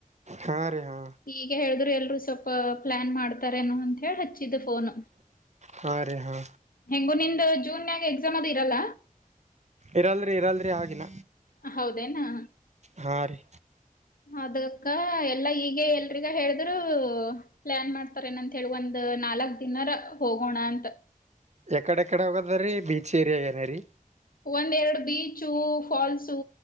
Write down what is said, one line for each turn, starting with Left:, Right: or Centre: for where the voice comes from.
Right: ಹಾ ರೀ ಹಾ
Left: ಈಗ ಹೇಳಿದ್ರು ಎಲ್ರು ಸ್ವಲ್ಪ ಪ್ಲಾನ್ ಮಾಡತಾರೇನೋ ಅಂತ ಹೇಳಿ ಹತ್ತ ಫೋನ್
Right: ಹಾ ರೀ ಹಾ
Left: ಹೆಂಗು ನಿಂದು ಜೂನ್ಯಾಗ ಎಕ್ಸಾಮ್ ಅದು ಇರಲ್ಲ
Right: ಇರಲ್ರಿ ಇರಲ್ರಿ ಆನ
Left: ಹೌದೇನಾ
Right: ಹಾ ರೀ
Left: ಅದಕ್ಕ ಎಲ್ಲಾ ಈಗ ಎಲ್ರಿಗ ಹೇಳಿದ್ರು ಪ್ಲಾನ್ ಮಾಡ್ತಾರ ಏನಂತ ಹೇಳಿ ಒಂದ್ ನಾಲ್ಕ್ ದಿನರ ಹೋಗೋಣ ಅಂತ
Right: ಎಕಡೆ ಎಕಡೆಗದ ರೀ ಬೀಚ್ ರಿಯ ಏನ ರೀ
Left: ಒಂದ್ರಡು ಬೀಚು ಫಾಲ್ಸು